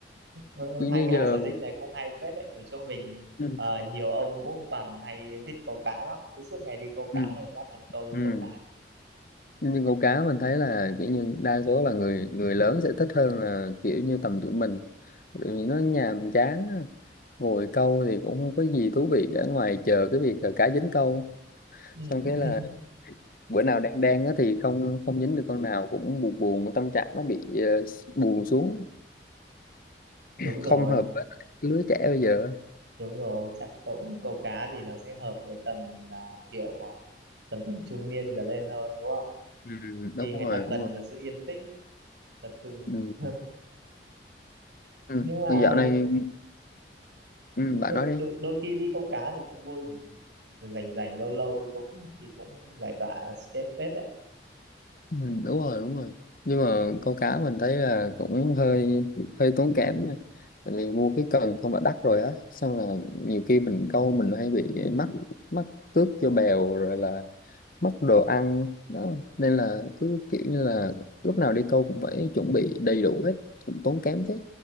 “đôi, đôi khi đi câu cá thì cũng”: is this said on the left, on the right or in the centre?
Right